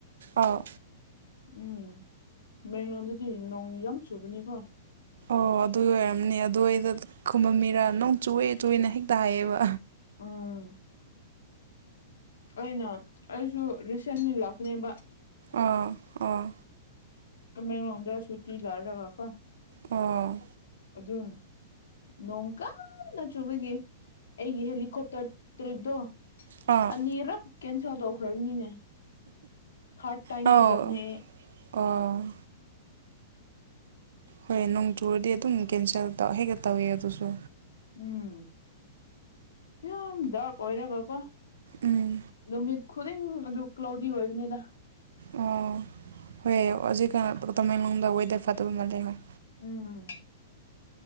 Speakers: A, on the right; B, on the left.
A: ꯑꯣ
B: ꯎꯝ ꯕꯦꯡꯒꯂꯣꯔꯗꯗꯤ ꯅꯣꯡ ꯌꯥꯝ ꯆꯨꯕꯅꯤꯀꯣ
A: ꯑꯣ ꯑꯗꯨ ꯑꯣꯏꯔꯝꯅꯤ ꯑꯗꯨꯏꯗ ꯈꯨꯃꯝ ꯃꯤꯔꯥ ꯅꯪ ꯆꯨꯑꯦ ꯆꯨꯅ ꯍꯦꯛꯇ ꯍꯥꯏꯌꯦꯕ
B: ꯎꯝ ꯑꯩꯅ ꯑꯩꯁꯨ ꯔꯤꯁꯦꯟꯂꯤ ꯂꯥꯛꯀꯅꯦꯕ
A: ꯑꯥ ꯑꯣ
B: ꯀ ꯃ ꯑꯗ ꯁꯨꯇꯤ ꯂꯥꯔꯔ ꯀꯥꯀ
A: ꯑꯣ
B: ꯑꯗꯨꯖ ꯅꯣꯡ ꯀꯟꯅ ꯆꯨꯕꯒꯤ ꯑꯩꯒꯤ ꯍꯦꯂꯤꯀꯣꯞꯇꯔ ꯇꯔꯤꯞꯇꯣ
A: ꯑꯥ
B: ꯑꯅꯤꯔꯛ ꯀꯦꯟꯁꯦꯜ ꯇꯧꯈ꯭ꯔꯕꯅꯤꯅꯦ ꯊꯔꯗ ꯇꯥꯏꯝꯗꯅꯦ
A: ꯑꯧ ꯑꯣ ꯍꯣꯏ ꯅꯣꯡ ꯇꯨꯔꯗꯤ ꯑꯗꯨꯝ ꯀꯦꯟꯁꯦꯜ ꯍꯦꯛꯒ ꯇꯧꯋꯤ ꯑꯗꯨꯁꯨ
B: ꯎꯝ ꯀ ꯗꯔ ꯄꯩꯔꯒ ꯀꯣ
A: ꯎꯝ
B: ꯅꯨꯃꯤꯠ ꯈꯨꯗꯤꯡ ꯑꯗꯨ ꯀ꯭ꯂꯥꯎꯗꯤ ꯑꯣꯏꯕꯅꯤꯗ
A: ꯑꯣ ꯍꯣꯏ ꯍꯧꯖꯤꯛ ꯇꯃꯡꯂꯣꯗ ꯋꯦꯗꯔ ꯐꯗꯕ ꯃꯥꯜꯂꯦ ꯍꯣꯏ
B: ꯎꯝ